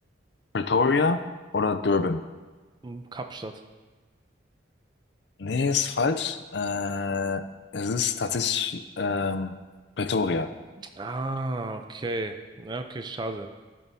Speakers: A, on the left (about 60°); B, on the right (about 20°).
A: Pretoria oder Durban?
B: Und Kapstadt.
A: Nee, ist falsch. Äh, es ist tatsächlich ähm, Pretoria.
B: Ah, okay. Ja, Okay, schade.